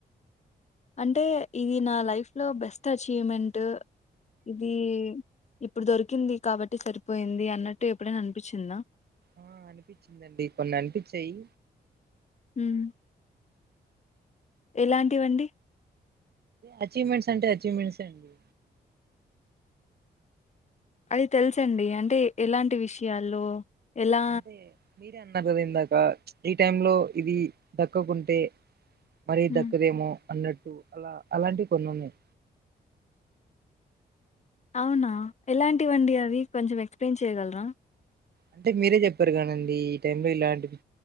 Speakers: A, on the left (about 35°); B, on the right (about 60°).
A: అంటే ఇది నా లైఫ్ లో బెస్ట్ అచీవ్మెంట్. ఆహ్ ఇది ఇప్పుడు దొరికింది కాబట్టి సరి. పోయింది అన్నట్టు ఎప్పుడైనా అనిపించింద.
B: ఆహా అనిపించిందండి కొన్ని అనిపించాయి.
A: ఉమ్. ఎలాంటివండి.
B: అచీవ్మెంట్స్ అంటే అచీవ్మెంట్సే అండి.
A: అది తెలుసండి అంటే ఎలాంటి విషయాల్లో. ఎలా
B: అంటే మీరే అన్న. అన్నావ్ కద ఇందాక ప్చ్ ఈ టైం లో ఇది పక్కకుంటే. మరీ
A: హ్మ్.
B: దక్కదేమో అన్నట్టు అలా అలాంటివి కొన్నీ ఉన్నాయి.
A: అవునా ఎలాంటివండి అవి కొంచెం ఎక్స్ప్లెయిన్ చేయగలర?
B: ఇంతకి మీరే చెప్పారు కదండి ఈ టైమ్ లో ఇలాంటివి